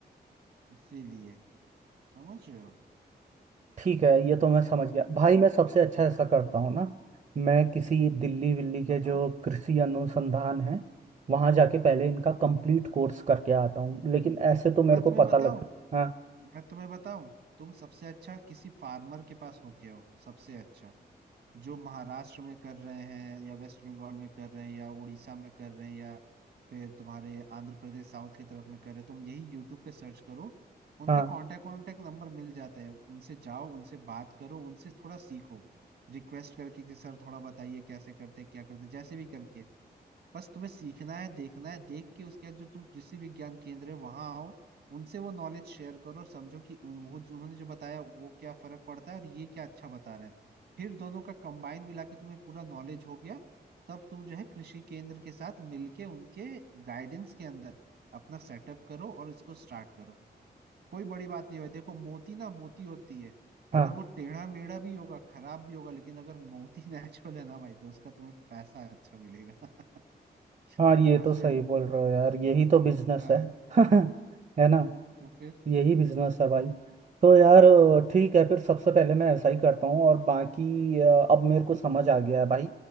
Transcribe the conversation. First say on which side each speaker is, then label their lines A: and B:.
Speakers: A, on the right; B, on the right.
A: इसीलिए समझ रहे हो
B: ठीक है ये तो मैं समझ गया भाई मैं सबसे अच्छा ऐसा करता हूँ ना मैं किसी दिल्ली विल्ली के
A: बताओ
B: जो कृषि अनुसंधान है वहां जाके पहले इनका कंप्लीट कोर्स करके आता हूँ लेकिन ऐसे तो मेरे
A: मैं
B: को
A: तुम्हें
B: पता
A: बताऊं
B: लग हाँ
A: मैं तुम्हें बताऊं तुम सबसे अच्छा किसी फार्मर के पास होके आओ सबसे अच्छा जो महाराष्ट्र में कर रहे हैं या वेस्ट बंगाल में कर रहे हैं या उड़ीसा में कर रहे हैं या फिर तुम्हारे आंध्र प्रदेश साउथ की तरफ में कर रहे हैं तुम यही यूट्यूब पे सर्च करो उनका
B: हाँ
A: कांटेक्ट कांटेक्ट नंबर मिल जाता है यार उनसे जाओ उनसे बात करो उनसे थोड़ा सीखो रिक्वेस्ट करके कि सर थोड़ा बताइए कैसे करते क्या करते जैसे भी करके बस तुम्हें सीखना है देखना है देख के उसके बाद जो तुम कृषि विज्ञान केंद्र है वहां आओ उनसे वो नॉलेज शेयर करो और समझो कि उन, वो उन्होंने जो बताया वो क्या फर्क पड़ता है और ये क्या अच्छा बता रहे हैं फिर दोनों का कंबाइन मिला के तुम्हें पूरा नॉलेज हो गया तब तुम जो है कृषि केंद्र के साथ मिलके उनके गाइडेंस के अंदर अपना सेटअप करो और इसको स्टार्ट करो कोई बड़ी बात नहीं है देखो मोती ना मोती होती है
B: हाँ
A: अगर वो टेढ़ा मेढ़ा भी होगा खराब भी होगा लेकिन अगर मोती <laughs> नेचुरल है ना भाई तो उसका तुम्हें पैसा अच्छा मिलेगा <laughs>
B: हाँ ये
A: समझ
B: तो सही
A: रहे हो
B: बोल रहे हो यार यही तो बिजनेस
A: हाँ
B: है <laughs> है ना
A: तो फिर
B: यही बिजनेस है भाई तो यार अ, ठीक है फिर सबसे पहले मैं ऐसा ही करता हूँ और बाकी अ, अब मेरे को समझ आ गया है भाई